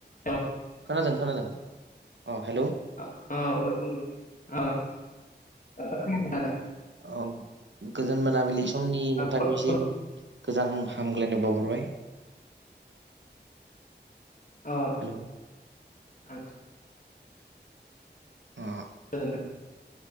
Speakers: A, on the left (about 45°); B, on the right (about 85°).
A: हेल'
B: खोनादों खोनादों अ हेल'
A: ओ ओ‌ <unintelligible>
B: अ गोजोन मोनाबिलि समनि नोंथांनिसिम
A: खोनादों
B: गोजान हामग्लायनाय बावहरबाय
A: अ
B: हेलौ
A: ओं
B: अ
A: गोजोनथों